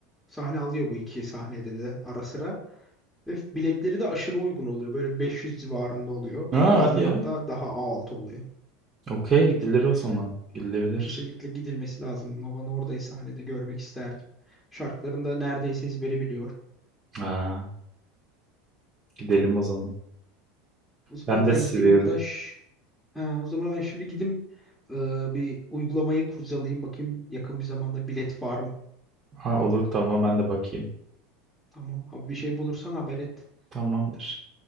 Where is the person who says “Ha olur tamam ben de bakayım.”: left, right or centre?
Right